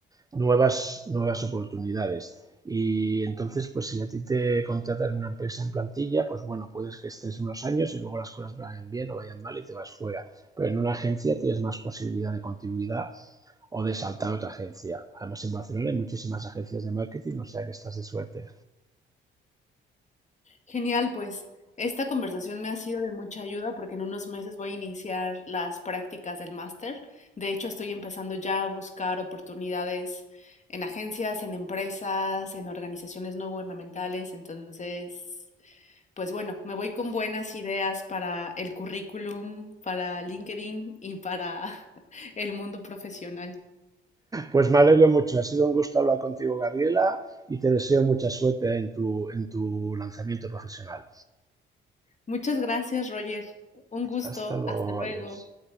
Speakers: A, on the right (about 20°); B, on the left (about 35°).
A: nuevas, nuevas oportunidades. Y entonces, pues si a ti te contratan una empresa en plantilla, pues bueno, puedes que estés unos años y luego las cosas vayan bien o vayan mal y te vas fuera. Pero en una agencia tienes más posibilidad de continuidad o de saltar a otra agencia. Además, en Barcelona hay muchísimas agencias de marketing, o sea que estás de suerte.
B: Genial, pues esta conversación me ha sido de mucha ayuda porque en unos meses voy a iniciar las prácticas del máster. De hecho, estoy empezando ya a buscar oportunidades en agencias, en empresas, en organizaciones no gubernamentales. Entonces, pues bueno, me voy con buenas ideas para el currículum, para LinkedIn y para <laughs> el mundo profesional.
A: Pues me alegro mucho, ha sido un gusto hablar contigo, Gabriela, y te deseo mucha suerte en tu, en tu lanzamiento profesional.
B: Muchas gracias, Roger. Un gusto.
A: Hasta luego,
B: Hasta luego.
A: adiós.